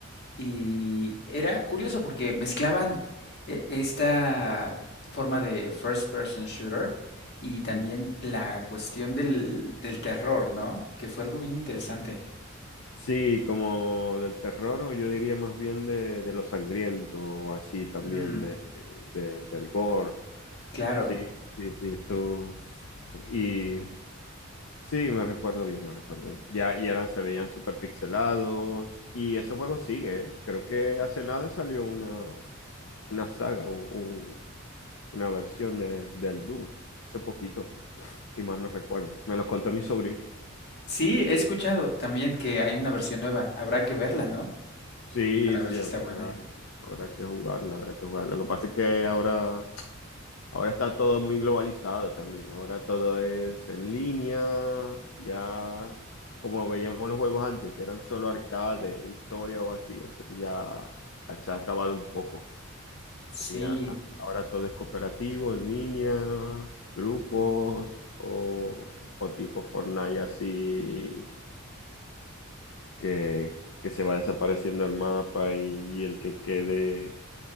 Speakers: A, on the left (about 55°); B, on the left (about 70°).
A: y era curioso porque mezclaban eh, esta forma de first person shooter y también
B: Mm.
A: la cuestión del, del terror, ¿no? Que fue algo bien interesante.
B: Sí, como del terror, o yo diría más bien de, de lo sangriento, o así también,
A: Mm,
B: de, de- del gore.
A: claro.
B: Sí, sí, sí, estos. Y Sí, me recuerdo bien, me recuerdo bien. Ya, y eran, se veían súper pixelados. Y ese juego sigue, ¿eh? Creo que hace nada salió una, una saga o un- una versión de- del Doom, hace poquito, si mal no recuerdo. Me los contó mi sobrino.
A: Sí, he escuchado también que hay una versión nueva. Habrá que verla, ¿no?
B: Sí,
A: Para
B: sí,
A: ver si
B: habrá,
A: está buena.
B: habrá que jugarla, habrá que jugarla. Lo que pasa es que ahora. Ahora está todo muy globalizado también. Ahora todo es en línea. Ya como veíamos los juegos antes, que eran solo arcade, historia o así, eso ya se ha acabado un poco.
A: Sí,
B: Eso ya, ahora todo es cooperativo, en línea, grupos o, o tipo Fortnite así que, que se va desapareciendo el mapa y el que quede,